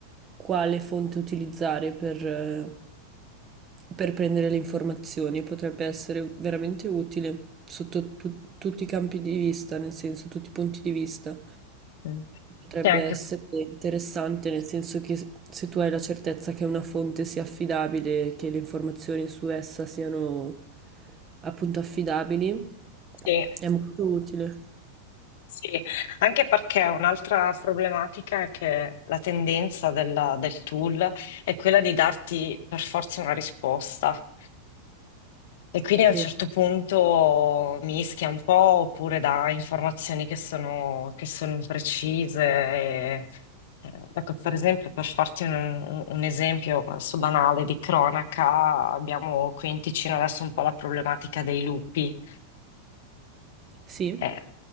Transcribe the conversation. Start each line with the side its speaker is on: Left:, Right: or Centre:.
Right: quale fonte utilizzare per, eh, per prendere le informazioni, potrebbe essere veramente utile sotto tu- tutti i campi di vista, nel senso, tutti i punti di vista.
Left: Mm.
Right: Potrebbe
Left: E anche,
Right: essere interessante, nel senso che se se tu hai la certezza che una fonte sia affidabile, che le informazioni su essa siano appunto affidabili,
Left: sì.
Right: è molto utile,
Left: Sì, anche perché un'altra problematica è che la tendenza della- del tool è quella di darti per forza una risposta e quindi a
Right: vero?
Left: un certo punto mischia un po' oppure dà informazioni che sono, che sono imprecise. e- eh, Ecco, per esempio, per farti un, un- un esempio adesso banale di cronaca, abbiamo qui in Ticino adesso un po' la problematica dei lupi.
Right: Sì.
Left: Eh,